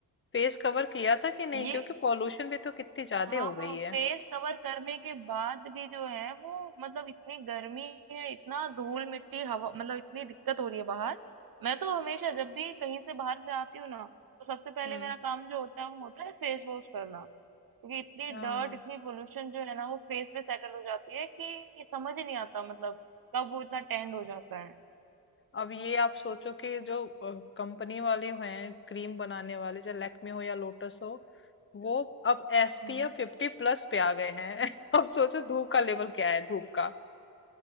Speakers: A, on the left; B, on the right.
A: फेस कवर किया था कि नहीं
B: ये
A: क्योंकि पॉल्यूशन भी तो कितनी ज्यादा
B: हाँ
A: हो
B: हाँ
A: गई है
B: फेस कवर करने के बाद भी जो है वो मतलब इतनी गर्मी है इतना धूल मिट्टी हवा मतलब इतनी दिक्कत हो रही है बाहर मैं तो हमेशा जब भी कहीं से बाहर से आती हूँ ना तो सबसे पहले
A: हम्म
B: मेरा काम जो होता है वो होता है फेस वॉश करना क्योंकि इतनी
A: हाँ
B: डर्ट इतनी पोल्यूशन जो है ना वो फेस पे सेटल हो जाती है कि समझ ही नहीं आता मतलब कब वो इतना टैंड हो जाता है
A: अब ये आप सोचो कि जो कंपनी वाले हैं क्रीम बनाने वाले चाहे लैक्मे हो या लोटस हो वो अब SPF
B: हम्म
A: फिफ्टी प्लस पे आ गए हैं <laughs> अब सोचो धूप का लेवल क्या है धूप का